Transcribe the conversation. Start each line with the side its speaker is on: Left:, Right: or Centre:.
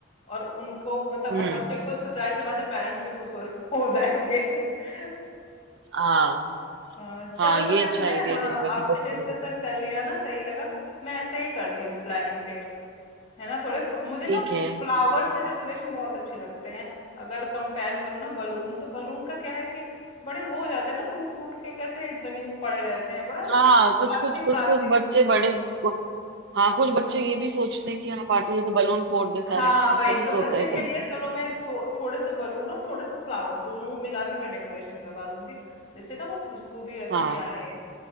Left: और उनको मतलब
Right: हम्म
Left: अब बच्चे खुश तो जाहिर सी बात है पेरेंट्स भी खुश हो, हो जाएंगे <laughs>
Right: हाँ
Left: हाँ चलो
Right: हाँ
Left: मैंने
Right: ये अच्छा आइडिया
Left: हाँ
Right: रहेगा
Left: आपसे
Right: कि बच्चे
Left: डिस्कशन
Right: को दें।
Left: कर लिया ना सही लगा मैं ऐसे ही करती हूँ प्लानिंग फिर है ना थोड़े फ- मुझे
Right: ठीक
Left: ना
Right: है
Left: फ्लावर से डेकोरेशन बहुत अच्छे लगते हैं अगर कंपेयर करूँ ना बलून तो बलून का क्या है कि बड़े वो हो जाते हैं ना टूट फूट के कैसे जमीन पे पड़े रहते हैं बड़ा
Right: हाँ
Left: प्लास्टिक
Right: कुछ कुछ कुछ
Left: प्लास्टिक
Right: कुछ बच्चे बड़े को हाँ कुछ बच्चे ये भी सोचते हैं कि हाँ पार्टी है तो बलून फोड़ दे सारे
Left: हाँ
Right: ऐसा
Left: वही
Right: भी
Left: तो
Right: तो
Left: बच्चे
Right: होता है
Left: के
Right: कभी
Left: लिए
Right: कभी
Left: चलो मैं थो, थोड़े से बलून और थोड़े से फ्लावर दोनों मिला के मैं डेकोरेशन करवा लूंगी जिससे ना वो खुशबू भी अच्छी
Right: हाँ
Left: आए